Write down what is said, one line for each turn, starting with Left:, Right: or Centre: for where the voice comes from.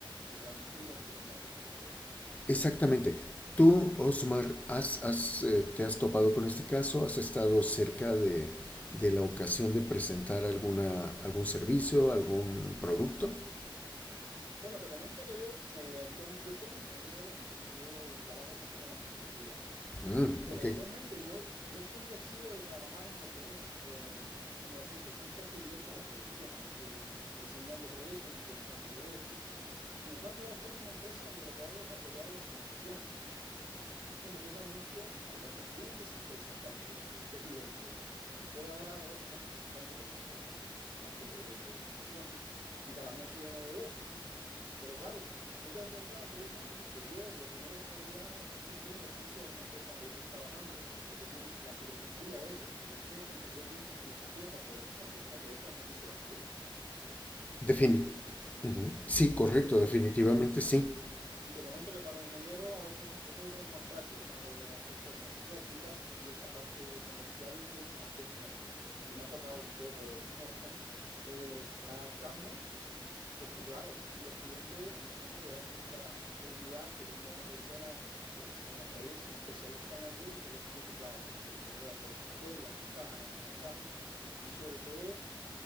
Right: de transmitirla en tu- en la presentación.
Left: Exactamente. Tú, Osmar, has, has, eh, te has topado con este caso, has estado cerca de, de la ocasión de presentar alguna, algún servicio, algún producto.
Right: Bueno, te comento que yo, eh, actualm- yo soy ingeniero y entonces yo trabajo mucho con la tecnología.
Left: Mm,
Right: Pero
Left: ok.
Right: actualmente yo, yo siempre he sido de trabajar en lo que es, eh, como decirte, estoy casi directo a la producción, es decir, eh, diseñando proyectos, implementando proyectos. Sin embargo, ahora estoy en una empresa donde lo que hago es apoyar a los comerciales. Entonces me toca mucho hablar con clientes y presentar productos, que es lo que estoy ahora, hago eso casi 50% de las veces, más que proyectos y otras cuestiones. Y para mí ha sido novedoso. Pero claro, yo te preguntaba anteriormente, porque yo lo primero que me dediqué ahora es entender bien la esencia de esta empresa donde yo estoy trabajando, porque tiene la filosofía de ellos, porque tú tienes que entender bien su filosofía para poder, para que, para poder transmitirse a los clientes.
Left: Defini-
Right: Y
Left: Ujú. Sí, correcto,
Right: sí,
Left: definitivamente sí.
Right: y te comento que para los ingenieros a veces un- nosotros somos más prácticos, más de hacer cosas prácticas, y esta parte de comercial tiene un arte, es un arte. Y me ha tocado un poco <laughs> eh, adaptarme Porque claro, los clientes, a un cliente le da mucha seguridad que venga una persona que, con experiencia, un especialista en algo y te lo explique claramente y te puede hacer entender las ventajas, las desventajas y sobre todo